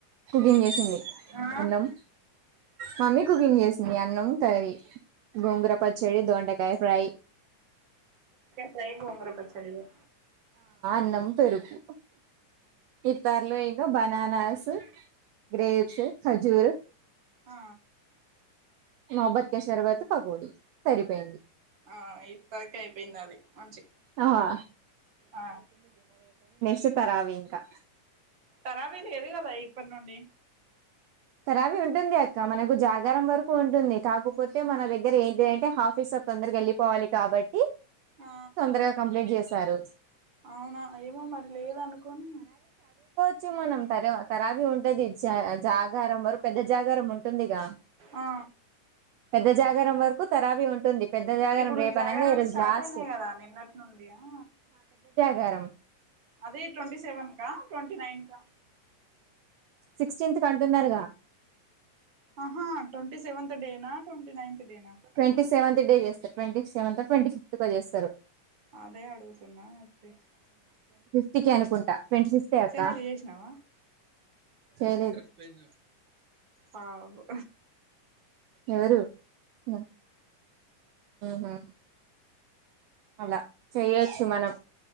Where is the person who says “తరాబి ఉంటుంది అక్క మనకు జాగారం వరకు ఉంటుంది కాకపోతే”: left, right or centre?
Right